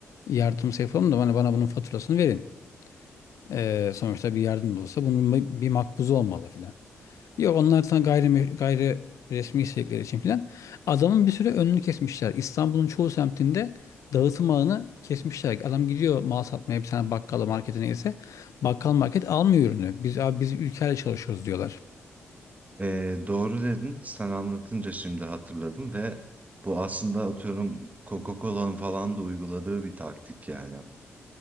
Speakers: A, on the left; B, on the right.
A: yardımsa yapalım da bana, bana bunun faturasını verin. E, sonuçta bir yardım da olsa bunun bir bir makbuzu olmalı filan. Yok onlar sana gayri, gayri resmi istedikleri için filan. Adamın bir süre önünü kesmişler. İstanbul'un çoğu semtinde dağıtım ağını kesmişler. Adam gidiyor mal satmaya bir tane bakkala markete neyse. Bakkal market almıyor ürünü. Biz abi biz ülkeyle çalışıyoruz diyorlar.
B: Ee, doğru dedin sen anlatınca şimdi hatırladım ve bu aslında atıyorum Coca-Cola'nın falan da uyguladığı bir taktik yani.